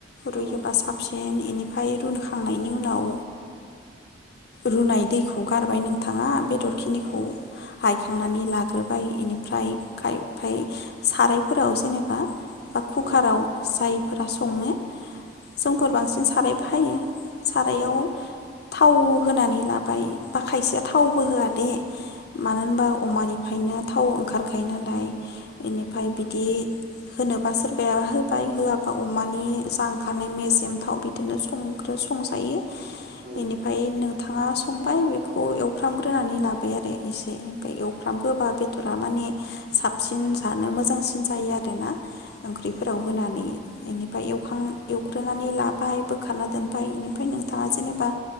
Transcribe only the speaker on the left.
रूयोबा
साबसिन बेनिफ्राय रुखांनायनि उनाव रुनाय दैखौ गारबाय नोंथाङा बेदरखिनिखौ
बायखांनानै लाग्रोबाय बेनिफ्राय खायफाया सारायफोराव जेनेबा बा कुकाराव
जाय फोरा संनो जोंफोर
बांसिन साराय बाहायो सारायाव
थाव होनानै लाबाय बा खायसेया थावबो होआ दे मानो होनबा अमानि <unintelligible> थाव ओंखारखायो नालाय इनिफ्राय बिदि होनोबा सोरबाया होबाय होआबा अमानि जा ओंखारनाय मेजेम थाव बिदिनो संग्रो-संजायो।
बेनिफ्राय नों थाङा संबाय बेखौ एवफ्रामग्रोनानै लाबाय आरो। इसे ओमफ्राय
एवफ्राम गोबा बेद फोरा माने साबसिन जानो मोजांसिन जायो आरोना। ओंख्रिफोराव
होनानै ऐनिफ्राय एवखां
एव ग्रोनानै लाबाय बोखारना दोनबाय बेनिफ्राय नोंथांङा जेनेबा